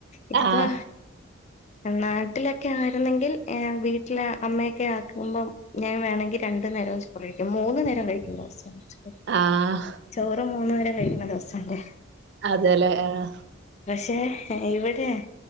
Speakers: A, on the left; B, on the right.
A: ഇതിപ്പാ
B: ആഹ്
A: നാട്ടിലൊക്കെ ആയിരുന്നെങ്കിൽ വീട്ടിലെ അമ്മയൊക്കെ ആക്കുമ്പോം ഞാൻ വേണങ്കിൽ രണ്ടു നേരം ചോറ് കഴിക്കും മൂന്നു നേരം കഴിക്കും ദിവസം ചോറ്
B: ആഹ്
A: ചോറ് മൂന്ന് നേരം കഴിക്കുന്ന ദിവസണ്ട്
B: അതെലേ ആഹ്
A: ഏഹ് ഇവടെ